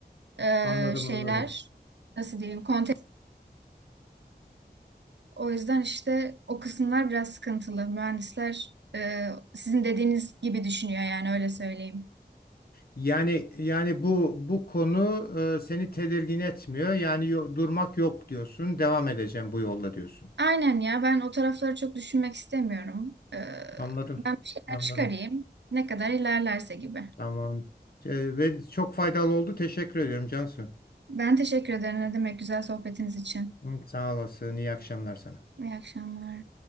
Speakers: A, on the right (about 85°); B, on the left (about 60°).
A: e,
B: Anladım,
A: şeyler
B: anladım.
A: nasıl diyeyim? Konte o yüzden işte o kısımlar biraz sıkıntılı. Mühendisler e, sizin dediğiniz gibi düşünüyor yani öyle söyleyeyim.
B: Yani yani bu bu konu e, seni tedirgin etmiyor. Yani yo- durmak yok diyorsun. Devam edeceğim bu yolda diyorsun.
A: Aynen ya ben o tarafları çok düşünmek istemiyorum. E,
B: Anladım.
A: ben bir şeyler
B: Anladım.
A: çıkarayım ne kadar ilerlerse gibi.
B: Tamam. E, ve çok faydalı oldu. Teşekkür ediyorum Cansu.
A: Ben teşekkür ederim ne demek güzel sohbetiniz için.
B: Hı, Sağ olasın. İyi akşamlar sana.
A: İyi akşamlar.